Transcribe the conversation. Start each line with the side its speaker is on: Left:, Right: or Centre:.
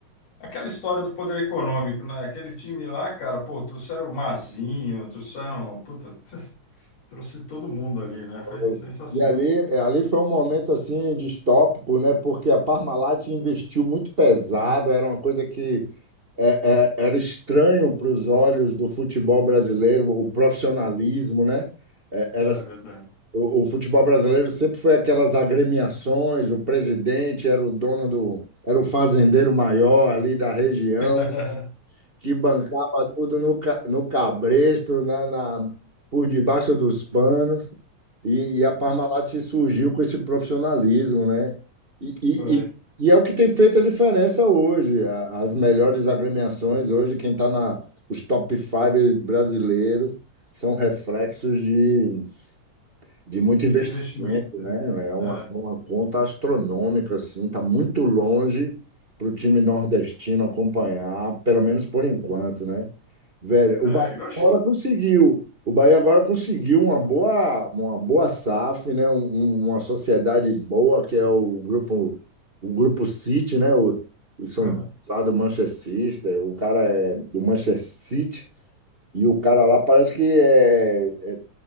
Left: Aquela história do poder econômico, né? Aquele time lá, cara, pô, trouxeram o Mazinho, trouxeram, puta, <laughs> trouxe todo mundo ali, né?
Right: Foi.
Left: Foi sensacional.
Right: E ali, é, ali foi um momento assim distópico, né? Porque a Parmalat investiu muito pesado, era uma coisa que é, é, era estranho para os olhos do futebol brasileiro, o profissionalismo, né? É,
Left: É
Right: era,
Left: verdade.
Right: o, o futebol brasileiro sempre foi aquelas agremiações, o presidente era o dono do, era o fazendeiro maior ali da região
Left: <laughs>
Right: que bancava tudo no, ca- no cabresto, na, na- por debaixo dos panos, e, e a Parmalat se surgiu com esse profissionalismo, né? E, e-
Left: Foi.
Right: e- e é o que tem feito a diferença hoje. A- As melhores agremiações hoje, quem está na os top five brasileiros são reflexos de de muito
Left: Muito
Right: investimento,
Left: investimento.
Right: né? É uma,
Left: É,
Right: é uma conta astronômica, assim, está muito longe para o time nordestino acompanhar, pelo menos por enquanto, né? Velho,
Left: é,
Right: o Bahia
Left: eu acho
Right: agora
Left: que.
Right: conseguiu. O Bahia agora conseguiu uma boa, uma boa SAF, né? Um- um- uma sociedade boa, que é o grupo, o grupo City, né? O, o São
Left: Uhum.
Right: lá do Manchester City, o cara é do Manchester City, e o cara lá parece que é é